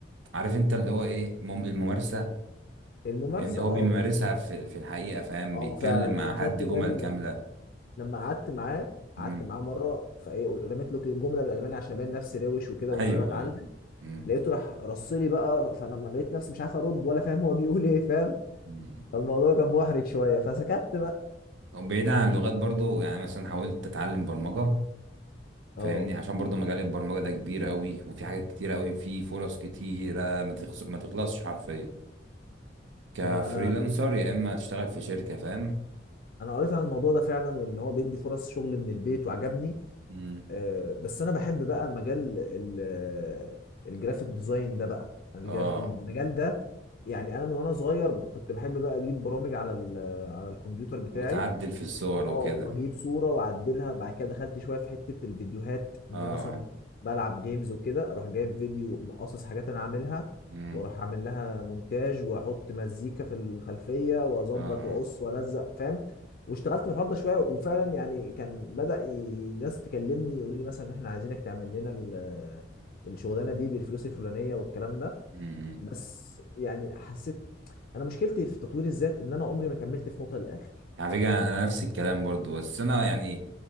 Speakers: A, on the right; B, on the left.
A: عارف انت اللي هو ايه مم- الممارسة
B: الممارسة
A: يعني هو
B: اه
A: بيمارسها
B: اه
A: في, في الحقيقة فاهم
B: آه،
A: بيتكلم
B: فعلا أنا
A: مع
B: أخدت
A: حد جمل
B: بالي
A: كاملة
B: لما قعدت معاه
A: مم.
B: قعدت معاه مره فايه قل- رميت له جمله بالالماني عشان ابين نفسي روش وكده
A: <laughs>
B: وان
A: ايوه
B: انا بتعلم
A: ايوه مم.
B: لقيته راح رصلي بقى ف- فلما لقيت نفسي مش عارف ارد ولا فاهم هو بيقول ايه فاهم
A: امم
B: فالموضوع كان محرج شويه فسكت بقى
A: وبعيد عن اللغات برضو يعني مثلا حاولت اتعلم برمجة
B: اه
A: فاهمني عشان برضه مجال البرمجة ده كبير قوي وفي حاجات كتير قوي في فرص كتيرة ما تخص... ما تخلصش حرفيا كفريلانسر
B: انا انا
A: يا اما تشتغل في شركة فاهم
B: انا قريت عن الموضوع ده فعلا وان هو بيدي فرص شغل من البيت وعجبني
A: امم
B: آه، بس انا بحب بقى مجال ال- الجرافيك ديزاين ده بقى أنا
A: اه
B: الجراف المجال ده يعني انا من وانا صغير ب- كنت بحب بقى اجيب برامج على ال- على الكمبيوتر بتاعي
A: وتعدل في الصور وكده
B: اه واجيب صوره واعدلها بعد كده دخلت شويه في حته الفيديوهات
A: اه
B: ان انا مثلا بلعب جيمز وكده اروح جايب فيديو مقصص حاجات انا عاملها
A: امم
B: واروح اعمل لها مونتاج واحط مزيكا في الخلفيه واظبط
A: اه اه
B: واقص والزق فاهم واشتغلت في الحوار ده شويه وفعلا يعني كان بدأ ي- ناس تكلمني يقولوا لي مثلا ان احنا عايزينك تعمل لنا ال- الشغلانه دي بالفلوس الفلانيه والكلام ده
A: امم
B: بس يعني حسيت انا مشكلتي في تطوير الذات ان انا عمري ما كملت في نقطه للاخر
A: على فكرة انا أنا نفس الكلام برضه بس انا يعني